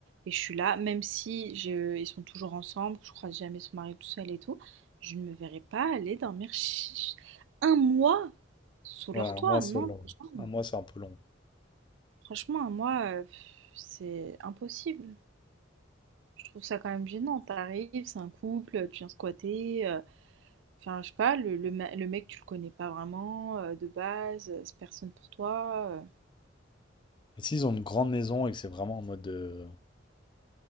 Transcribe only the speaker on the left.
Ouais,
un
mois, c'est
long.
Un
mois, c'est un peu long.
Et s'ils ont une grande maison et que c'est vraiment en mode euh,